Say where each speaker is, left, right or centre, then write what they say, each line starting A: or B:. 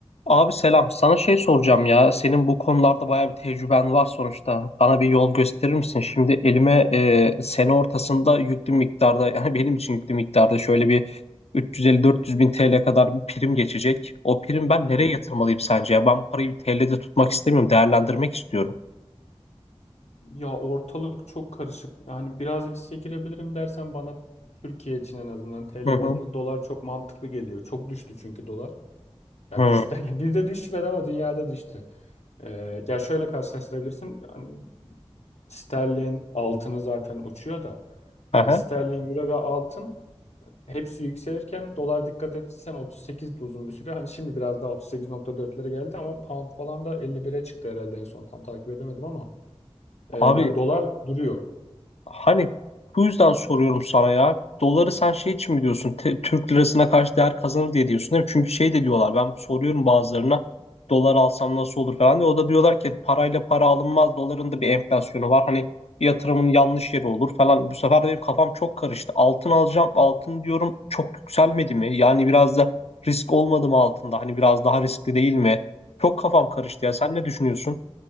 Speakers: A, on the left; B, on the left.
A: Abi selam. Sana şey soracağım ya. Senin bu konularda bayağı bir tecrüben var sonuçta. Bana bir yol gösterir misin? Şimdi elime e, sene ortasında yüklü miktarda yani <laughs> benim için yüklü miktarda şöyle bir 350-400 bin TL kadar bir prim geçecek. O prim ben
B: Hı
A: nereye
B: hı.
A: yatırmalıyım sence ya? Ben parayı bir TL'de tutmak istemiyorum. Değerlendirmek istiyorum.
B: Ya ortalık çok karışık. Yani biraz riske girebilirim dersen bana Türkiye için en azından TL
A: Hı hı.
B: bazında dolar çok mantıklı geliyor. Çok düştü çünkü dolar.
A: Hı.
B: Ya düştü derken <laughs> bizde düşmedi ama dünyada düştü. Ee, ya şöyle karşılaştırabilirsin. Hani sterlin altını zaten uçuyor da.
A: Aha.
B: E, Sterlin, Euro ve altın hepsi yükselirken dolar dikkat etsen 38 de uzun bir süre. Hani şimdi biraz daha 38.4'lere geldi ama pound falan da 51'e çıktı herhalde en son tam takip edemedim ama e,
A: Abi
B: yani dolar duruyor.
A: Hani bu yüzden soruyorum sana ya. Doları sen şey için mi diyorsun? Te- Türk lirasına karşı değer kazanır diye diyorsun değil mi? Çünkü şey de diyorlar. Ben soruyorum bazılarına. Dolar alsam nasıl olur falan diye. O da diyorlar ki parayla para alınmaz. Doların da bir enflasyonu var. Hani yatırımın yanlış yeri olur falan. Bu sefer de benim kafam çok karıştı. Altın alacağım. Altın diyorum çok yükselmedi mi? Yani biraz da risk olmadı mı altında? Hani biraz daha riskli değil mi? Çok kafam karıştı ya. Sen ne düşünüyorsun?